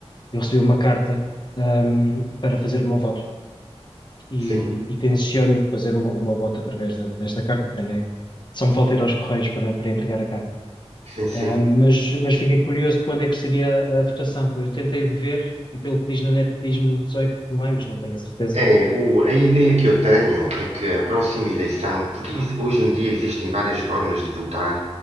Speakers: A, on the left; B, on the right.
A: eu recebi uma carta ahm, para fazer o meu voto e,
B: sim,
A: e tenciono fazer o meu o meu voto através da- desta carta. Tenho, só me falta ir aos Correios para, para entregar a carta.
B: sim, sim.
A: Ah, mas, mas fiquei curioso de quando é que seria a votação. Eu tentei ver e pelo que diz na net diz-me 18 de maio, mas não tenho a certeza.
B: É, o- a ideia que eu tenho é que a próxima eleição, porque isso- hoje em dia existem várias formas de votar